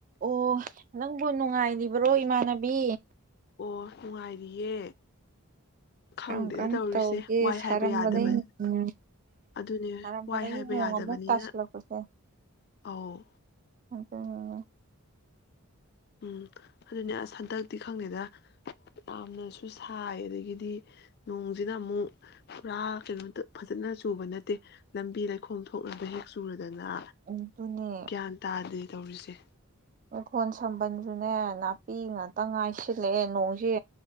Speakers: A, on the right; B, on the left.
A: ꯑꯣ ꯅꯪꯕꯨ ꯅꯨꯡꯉꯥꯏꯔꯤꯕ꯭ꯔꯣ ꯏꯃꯥꯟꯅꯕꯤ
B: ꯑꯣ ꯅꯨꯡꯉꯥꯏꯔꯤꯌꯦ ꯈꯪꯗꯦꯗ
A: ꯀꯔꯝ ꯀꯔꯝ
B: ꯇꯧꯔꯤꯁꯦ
A: ꯇꯧꯒꯦ
B: ꯋꯥꯏ ꯍꯥꯏꯕ
A: ꯁꯥꯔꯝꯕꯗꯒꯤ
B: ꯌꯥꯗꯕ
A: ꯎꯝ
B: ꯑꯗꯨꯅꯦ
A: ꯁꯥꯔꯝꯕꯗꯒꯤ
B: ꯋꯥꯏ ꯍꯥꯏꯕ
A: ꯅꯣꯡ
B: ꯌꯥꯗꯕꯅꯤꯅ
A: ꯑꯃꯨꯛ ꯇꯥꯁꯤꯜꯂꯛꯄꯁꯦ
B: ꯑꯧ
A: ꯎꯝ
B: ꯎꯝ ꯑꯗꯨꯅꯦ ꯑꯁ ꯍꯟꯗꯛꯇꯤ ꯈꯪꯗꯦꯗ ꯌꯥꯝꯅꯁꯨ ꯁꯥꯏ ꯑꯗꯒꯤꯗꯤ ꯅꯣꯡꯁꯤꯅ ꯑꯃꯨꯛ ꯄꯨꯔꯥ ꯀꯩꯅꯣꯝ ꯐꯖꯅ ꯆꯨꯕ ꯅꯠꯇꯦ ꯂꯝꯕꯤ ꯂꯩꯈꯣꯝ ꯊꯣꯛꯅꯕꯅꯕ ꯍꯦꯛ ꯆꯨꯔ ꯑꯗꯨꯅ
A: ꯑꯗꯨꯅꯦ
B: ꯒ꯭ꯌꯥꯟ ꯇꯥꯗꯦ ꯇꯧꯔꯤꯁꯦ
A: ꯏꯈꯣꯟ ꯁꯝꯕꯟꯁꯨꯅꯦ ꯅꯥꯄꯤ ꯉꯥꯛꯇ ꯉꯥꯏꯁꯤꯜꯂꯛꯑꯦ ꯅꯣꯡꯁꯦ